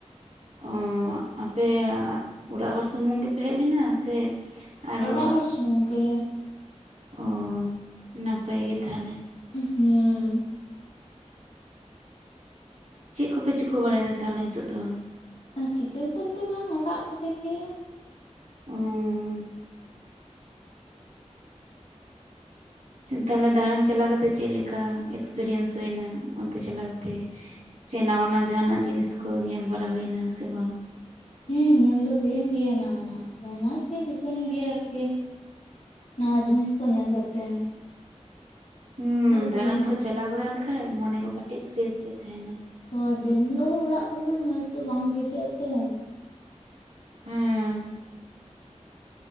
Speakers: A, on the right; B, on the left.
A: ᱚ ᱟᱯᱮ ᱚᱲᱟᱜ ᱦᱚᱲ ᱥᱩᱢᱩᱝ ᱜᱮᱯᱮ ᱦᱮᱡ ᱞᱮᱱᱟ ᱥᱮ ᱟᱨᱚ
B: ᱚᱲᱟᱜ ᱦᱚᱲ ᱥᱩᱢᱩᱝ ᱜᱮ
A: ᱚ ᱱᱟᱯᱟᱭ ᱜᱮ ᱛᱟᱦᱚᱞᱮ
B: ᱩᱸᱻᱦᱜ ᱦᱩᱸ
A: ᱪᱮᱜ ᱠᱚᱯᱮ ᱪᱤᱠᱟᱹ ᱵᱟᱲᱟᱭᱮᱫᱟ ᱛᱟᱦᱚᱞᱮ ᱱᱤᱛᱚᱜ ᱫᱚ
B: ᱟ ᱪᱤᱠᱟᱹ ᱠᱚᱜᱮ ᱵᱟᱝ ᱚᱲᱟᱜ ᱠᱚᱨᱮ ᱜᱮ
A: ᱚᱸᱻᱻ ᱪᱤᱫ ᱛᱟᱦᱞᱮ ᱫᱟᱬᱟᱱ ᱪᱟᱞᱟᱣ ᱠᱟᱛᱮᱜ ᱪᱮᱫ ᱞᱮᱠᱟ ᱮᱠᱥᱯᱨᱤᱭᱮᱱᱥ ᱦᱩᱭᱱᱟ ᱚᱱᱛᱮ ᱪᱟᱞᱟᱣ ᱠᱟᱛᱮᱜ ᱪᱮ ᱱᱟ ᱱᱟ ᱡᱟᱦᱟᱸᱱᱟᱜ ᱡᱤᱱᱤᱥ ᱠᱚ ᱧᱮᱞ ᱵᱟᱲᱟ ᱦᱩᱭᱱᱟ ᱥᱮ ᱵᱟᱝ
B: ᱦᱮᱸ ᱧᱮᱞ ᱫᱚ ᱦᱩᱭᱮᱱ ᱜᱮᱭᱟ ᱱᱟᱣᱟᱱᱟᱜ ᱠᱚ, ᱢᱚᱸᱡᱽ ᱜᱮ ᱵᱩᱡᱷᱟᱹᱣ ᱮᱮᱱ ᱜᱮᱭᱟ ᱟᱨᱠᱤ ᱱᱟᱣᱟ ᱡᱤᱱᱤᱥ ᱠᱚ ᱧᱮᱞ ᱠᱟᱛᱮ
A: ᱦᱩᱸ
B: ᱟᱨ ᱫᱤᱱ
A: ᱫᱟᱬᱟᱱ ᱠᱚ ᱪᱟᱞᱟᱣ ᱵᱟᱲᱟ ᱞᱮᱠᱷᱟᱡ ᱢᱚᱱᱮ ᱠᱚ ᱠᱟᱹᱴᱤᱡ ᱯᱷᱮᱨᱮᱥ ᱜᱮ ᱛᱟᱦᱮᱱᱟ
B: ᱦᱚᱭ ᱫᱤᱱ ᱦᱤᱞᱳᱜ ᱦᱚᱸ ᱚᱲᱟᱜ ᱠᱚᱨᱮ ᱫᱚ ᱢᱚᱸᱡᱽ ᱫᱚ ᱵᱟᱝ ᱵᱩᱡᱷᱟᱹᱜᱼᱟ ᱛᱚ
A: ᱦᱩᱸ